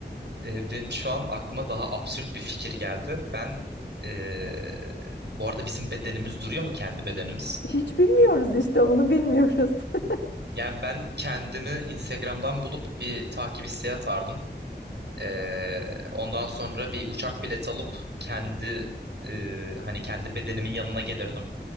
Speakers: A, on the right; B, on the left.
A: E, benim şu an aklıma daha absürt bir fikir geldi. Ben e, bu arada bizim bedenimiz duruyor mu kendi bedenimiz?
B: Hiç bilmiyoruz işte bunu bilmiyoruz. <laughs>
A: Yani ben kendimi Instagram'dan bulup bir takip isteği atardım. E, ondan sonra bir uçak bileti alıp kendi e, hani kendi bedenimin yanına gelirdim